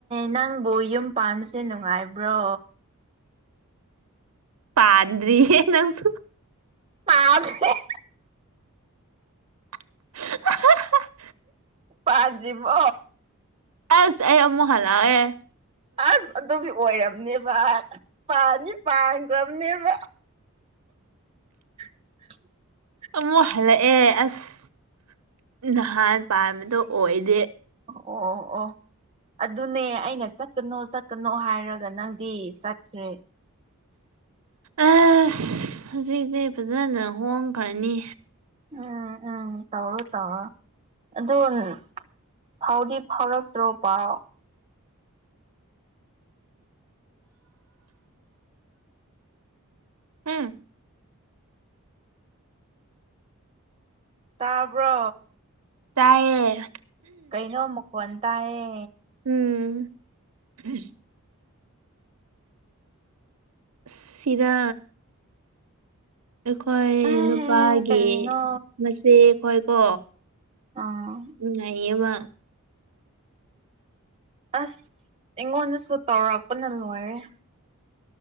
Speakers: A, on the right (about 25°); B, on the right (about 80°).
A: ꯅꯪꯕꯨ ꯌꯨꯝ ꯄꯥꯟꯕꯁꯦ ꯅꯨꯡꯉꯥꯏꯕ꯭ꯔꯣ
B: ꯄꯥꯗ꯭ꯔꯤ ꯅꯪꯁꯨ
A: ꯑ
B: <inaudible>
A: ꯄꯖꯔꯤꯕꯣ
B: ꯑꯁ ꯑꯦ ꯑꯃꯃꯨꯛ ꯍꯂꯥ ꯑꯦ
A: ꯑꯁ ꯑꯗꯨꯒꯤ ꯑꯣꯏꯔꯝꯅꯦꯕ ꯄꯥꯅꯤ ꯄꯥꯡꯈ꯭ꯔꯕꯅꯦꯕ ꯎ
B: ꯑꯃꯨꯛ ꯍꯜꯂꯛꯑꯦ ꯑꯁ ꯅꯍꯥꯟ ꯄꯥꯟꯕꯗꯣ ꯑꯣꯏꯗꯦ
A: ꯑꯣ ꯑꯣ ꯑꯗꯨꯅꯦ ꯑꯩꯅ ꯆꯠꯀꯅꯣ ꯆꯠꯀꯅꯣ ꯍꯥꯏꯔꯒ ꯅꯪꯗꯤ ꯆꯠꯈ꯭ꯔꯦ
B: ꯑ ꯍꯧꯖꯤꯛꯁꯤ ꯐꯖꯅ ꯍꯣꯡꯈ꯭ꯔꯅꯤ
A: ꯎꯝ ꯎꯝ ꯇꯧ ꯇ ꯑꯗꯨꯗ ꯐꯥꯎꯗꯤ ꯐꯥꯎꯔꯛꯇ꯭ꯔꯣ ꯄꯥꯎ
B: ꯎꯝ
A: ꯇꯥꯕꯣ
B: ꯇꯌꯦꯦ
A: ꯀꯩꯅꯣ ꯃꯨꯛꯋꯥꯟ ꯇꯌꯦ
B: ꯎꯝ ꯎꯝ ꯁꯤꯗ ꯑꯩꯈꯣꯏ
A: ꯑꯦ
B: ꯅꯨꯄꯥꯒꯤ
A: ꯀꯔꯤꯅꯣ
B: ꯃꯆꯦꯈꯣꯏꯀꯣ
A: ꯑꯥ
B: ꯅꯌꯦꯕ
A: ꯑꯁ ꯑꯩꯉꯣꯟꯗꯁꯨ ꯇꯧꯔꯛꯄꯅ ꯂꯣꯏꯔꯦ